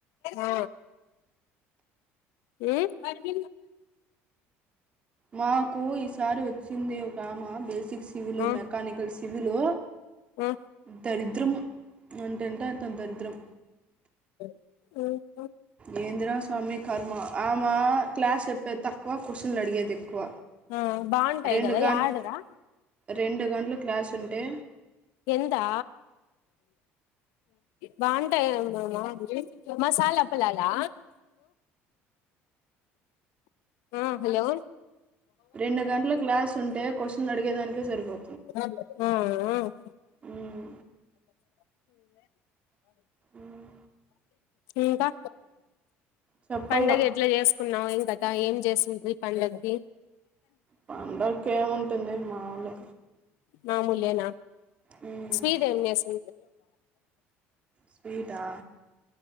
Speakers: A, on the left (about 85°); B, on the right (about 25°).
A: ఆ హ్మ్మ్
B: మాకు ఈసారి వచ్చింది ఒకమా బేసిక్ సివిల్
A: ఆ
B: మెకానికల్ సివిల్
A: ఆ
B: దరిద్రం ఉంటెంట తొంతరద్ద్రం
A: అ
B: ఎందిరా స్వామి కర్మ ఆమె క్లాస్ చెప్పేది తక్కువ క్వశ్చన్లు అడిగేది ఎక్కువ
A: హ బాగుంటా
B: రెండు
A: ఇ కదా
B: గం
A: యాడారా
B: రెండు గంటలు క్లాస్ ఉంటే
A: ఎంతా బాగుంటామా మసాలా పలాలా హ్మ్మ్ హలో
B: రెండు గంటల క్లాస్ ఉంటే క్వశ్చన్ అడిగేదానికి సరుపో
A: ఆ ఉ అవు
B: మ్మ్ మ్మ్
A: ఇంకా
B: చెప్పాల
A: పండగ ఎట్లా చేసుకున్నావు ఏం కదా ఏం చేస్తుంది పండగకి
B: పండగకేముంటుంది మాములు
A: మామూలేనా
B: మ్మ్
A: స్వీట్ ఏం చేసి
B: స్వీటా